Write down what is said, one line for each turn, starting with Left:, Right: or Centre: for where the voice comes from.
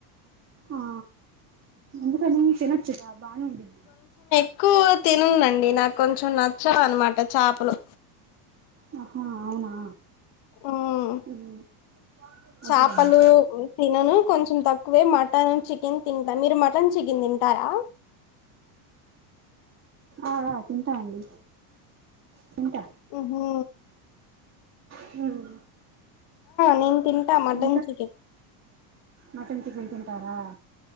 Right: ఆ ఎందుకని తినొచ్చు గా బానేఉంది
Left: క్కు తినుందండి నాకు కొంచెం నచ్చ అనమాట చాపలు
Right: ఆహా అవునా
Left: హోమ్
Right: మ్మ్
Left: చాపలు
Right: అదేలేండి
Left: తినను కొంచెం తక్కువే మటన్ చికెన్ తింటా. మీరు మటన్ చికెన్ తింటారా?
Right: ఆ ఆ తింటా అండి తింటా
Left: ఓహో
Right: హమ్
Left: నేను తింటా మటన్
Right: అంత
Left: చికెన్
Right: మటన్ చికెన్ తిన్ తరా